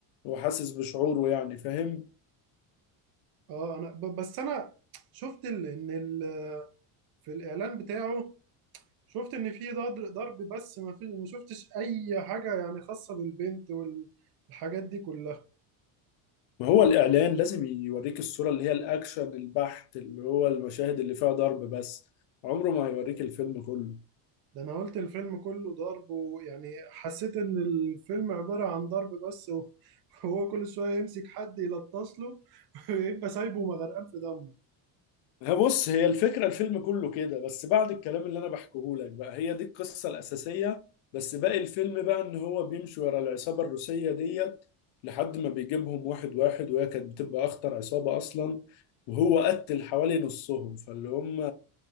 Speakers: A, on the left; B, on the right.
A: هو حاسس بشعوره يعني فاهم
B: اه انا ب- بس انا شفت ال- ان ال- في الاعلان بتاعه شفت ان في ضرب ضرب بس ما في ما شفتش اي حاجة يعني خاصة بالبنت والحاجات دي كلها
A: ما هو الاعلان لازم يوريك الصورة اللي هي الاكشن البحت اللي هو المشاهد اللي فيها ضرب بس عمره ما هيوريك الفيلم كله
B: ده انا قلت الفيلم كله ضرب ويعني حسيت ان الفيلم عبارة عن ضرب بس وهو كل شوية يمسك حد يلطش له <laughs> ويبقى سايبه مغرقان في دمه
A: هي بص هي الفكرة الفيلم كله كده بس بعد الكلام اللي أنا بحكيه لك بقى هي دي القصة الأساسية بس باقي الفيلم بقى إن هو بيمشي ورا العصابة الروسية ديت لحد ما بيجيبهم واحد واحد وهي كانت بتبقى أخطر عصابة أصلا وهو قتل حوالي نصهم فاللي هم